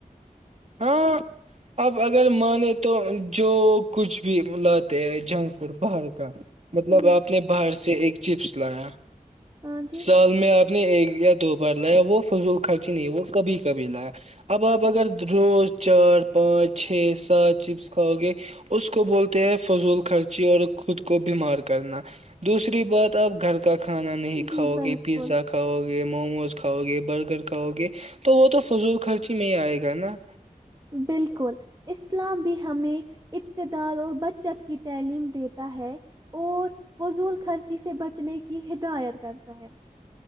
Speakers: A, on the right (about 50°); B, on the right (about 25°).
A: ہاں اب اگر مانے تو جو کچھ بھی لاتے ہیں جنک فڈ باہر کا مطلب
B: جی،
A: آپ نے باہر سے سے ایک چپس لایا
B: ہاں جی،
A: سال میں آ نے ایک یا دو بار لایا وہ فضول خرچی نہیں وہ کبھی کبھی لایا اب آپ اگر روز چار پانچ چھ سات چپس کھاؤ گے اس کو بولتے ہیں فضول خرچی اور خود کو بیمار کرنا دوسری بات آپ گھر کا کھانا نہیں کھاؤ
B: جی بالکل،
A: گے پیزا کھاؤ گے گ موموز کھاؤ گے برگر کھاؤ گے تو وہ تو فضول خرچی میں ہی آئے گا نا
B: بالکل اسلام بھی ہمیں ابتدال اور بچت کی تعلیم دیتا ہے اور فضول خرچ جسے بچنے کی ہدایت کرتا ہے